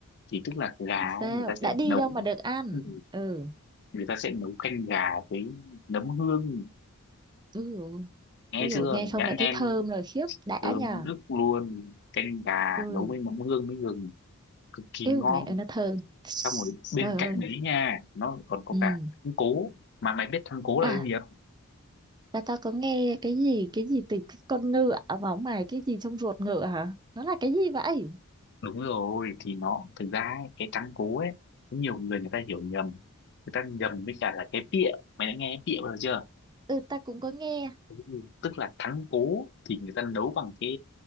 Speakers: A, on the left (about 50°); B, on the right (about 20°).
A: thì tức là gà
B: sao
A: ấy, người ta sẽ
B: đã đi
A: nấu
B: đâu mà được ăn
A: ừ,
B: ừ
A: người ta sẽ nấu canh gà với nấm hương
B: úi dồi
A: nghe
B: úi dồi
A: chưa
B: nghe không
A: nhãn
B: đã
A: em
B: thấy thơm rồi khiếp đã
A: thơm
B: nhờ
A: nức luôn canh gà
B: ừ
A: nấu với mắm hương với gừng cực kỳ
B: yêu
A: ngon
B: mẹ ơi nó thơm
A: xong rồi bên
B: trời ơi
A: cạnh đấy nha nó lại còn có
B: ừ
A: cả thắng cố mà mày biết thắng cố là
B: à
A: cái gì không
B: ta ta có nghe cái gì cái gì từ cái con ngựa mà ông mày cái gì trong ruột ngựa hả? Nó là cái gì vậy?
A: đúng rồi thì nó thực ra ấy, cái thắng cố ấy có nhiều người người ta hiểu nhầm người ta nhầm với cả là cái pịa mày đã nghe pịa bao giờ chưa
B: ừ ta cũng có nghe
A: Ừ. tức là thắng cố thì người ta nấu bằng cái